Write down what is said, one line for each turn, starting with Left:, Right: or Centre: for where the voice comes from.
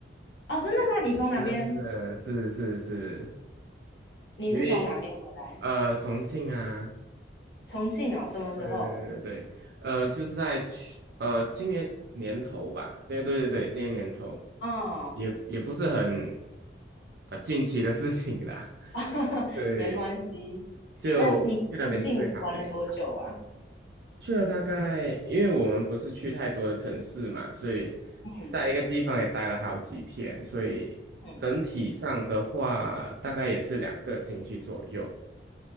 Left: 哦，真的吗？你从哪边？
Right: <laughs> 真的是是是，
Left: 你是从哪边回来？
Right: 因为呃，重庆啊，
Left: 重庆哦，什么时候？
Right: 对对对对，呃，就是在去呃今年年头吧，对对对对，今年年头
Left: 哦，
Right: 也也不是很呃近期的事情啦，<laughs>
Left: <laughs>
Right: 对，
Left: 没关系。
Right: 就去那边吃他们美食，
Left: 那你重庆玩了多久啊？
Right: 去了大概，因为我们不是去太多的城市嘛，所以
Left: 嗯
Right: 在一个地方也待了好几天，所以整体上的话大概也是两个星期左右，
Left: 嗯，